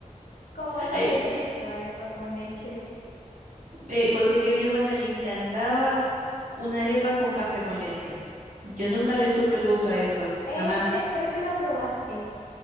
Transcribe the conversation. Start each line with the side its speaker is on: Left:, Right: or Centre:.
Left: Como los
Right: Ay,
Left: viejitos, arepa con leche.
Right: eh, pues sí que a mi hermana le encantaba una arepa con café con leche. Yo nunca le supe el gusto a eso,
Left: Ese,
Right: jamás.
Left: pero sí lo probaste.